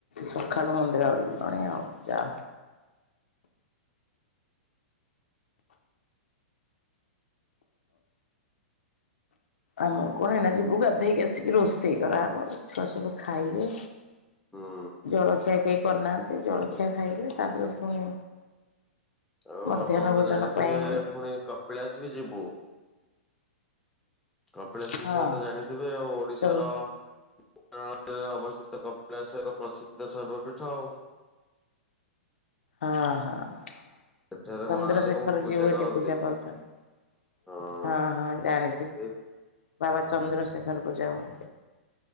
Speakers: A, on the left; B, in the centre.
A: ସଖାଳୁ ମନ୍ଦିର ଗଲଣି ଆଉ ଯାଅ। ଆମର କଣ ହେନା ଯିବୁ ଗାଧେଇକି ଆସିକି ରୋଷେଇ କରାହେବ ଛୁଆ ସବୁ ଖାଇବେ।
B: ହୁଁ
A: ଜଳଖିଆ କେହି କରିନାହାନ୍ତି ଜଳଖିଆ ଖାଇବେ ତାପରେ ପୁଣି
B: ଆଉ
A: ମଧ୍ୟାହ୍ନ
B: ଆପଣ
A: ଭୋଜନ
B: ତ ଜାଣିଥିବେ
A: ପାଇଁ
B: ପୁଣି କପିଳାସ ବି ଯିବୁ। କପିଳାସ
A: ହଁ
B: ବିଷୟରେ ତ ଜାଣିଥିବେ ଆଉ ଓଡିଶାର
A: ଚ
B: ରେ ଅବସ୍ଥିତ କପିଳାସ ଏକ ପ୍ରସିଦ୍ଧ ଶୈବ ପୀଠ ଆଉ।
A: ହଁ-ହଁ।
B: ସେଠାରେ
A: ଚନ୍ଦ୍ରଶେଖର
B: ମହାଦେବଙ୍କୁ ପୂଜା
A: ଜୀଉ ହେଠି
B: କରନ୍ତି
A: ପୂଜା ପାଉଛନ୍ତି
B: ହଁ
A: ହଁ-ହଁ ଜାଣିଛି।
B: ଏ
A: ବାବା ଚନ୍ଦ୍ରଶେଖର ପୂଜା ହୁଏ।